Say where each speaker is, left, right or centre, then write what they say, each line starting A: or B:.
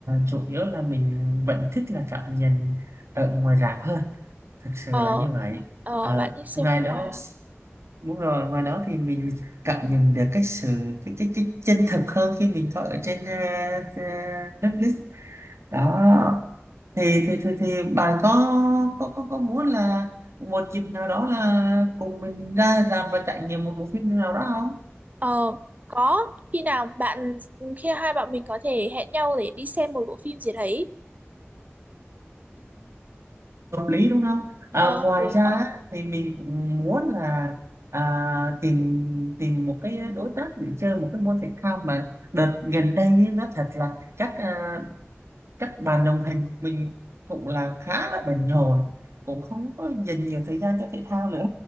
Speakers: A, on the right (about 75°); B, on the right (about 35°).
A: chủ yếu là mình vẫn thích là cảm nhận ở ngoài rạp hơn thực sự
B: Ờ,
A: là như vậy
B: ờ,
A: Ờ,
B: bạn thích xem
A: ngoài
B: phim
A: đó
B: ngoài à?
A: đúng rồi ngoài đó thì mình cảm nhận được cái sự cái cái, cái chân thực hơn khi mình coi ở trên ờ, ờ, Netflix đó thì thì thì, thì bà có có có có muốn là một dịp nào đó là cùng mình ra rạp và trải nghiệm một bộ phim nào đó không
B: Ờ, có khi nào bạn khi hai bạn mình có thể hẹn nhau để đi xem một bộ phim gì đấy
A: hợp lý đúng không à,
B: ờ hợp
A: ngoài
B: lý
A: ra Ờ, á, thì mình muốn là à, tìm tìm một cái đối tác để chơi một cái môn thể thao mà đợt gần đây ấy, nó thật là các à, các bạn đồng hành của mình cũng là khá là bận rộn cũng không có dành nhiều thời gian cho thể thao nữa